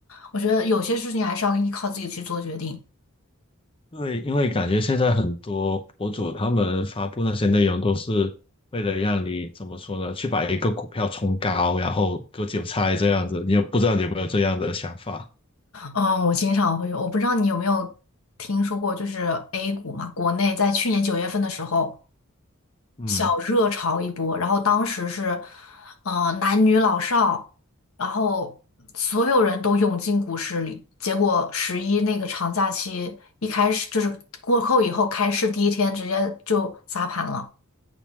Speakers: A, on the left; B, on the left.
A: 我觉得有些事情还是要依靠自己去做决定。
B: 对，因为感觉现在很多博主他们发布那些内容都是为了让你怎么说呢，去把一个股票冲高，然后割韭菜这样子，你有不知道你有没有这样的想法？
A: 嗯，我经常会有，我不知道你有没有听说过，就是 A 股嘛，国内在去年九月份的时候。
B: 嗯。
A: 小热潮一波，然后当时是，呃，男女老少，然后所有人都涌进股市里。结果十一那个长假期一开始就是过后以后开市第一天直接就砸盘了，